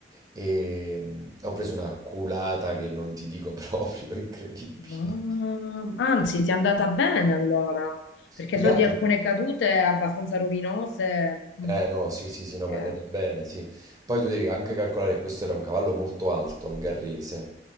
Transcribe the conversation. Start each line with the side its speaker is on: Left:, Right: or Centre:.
Right: E mm, ho preso una culata che non ti dico proprio, <laughs> incredibile.
Left: Ma- Anzi, ti è andata bene allora, perché
Right: Più
Left: so
Right: che altro
Left: di alcune cadute abbastanza rovinose. Mm.
Right: Eh no, sì, sì, sì, no,
Left: Eh,
Right: mi è andato bene, sì. Poi tu devi anche calcolare che questo era un cavallo molto alto al Garrese,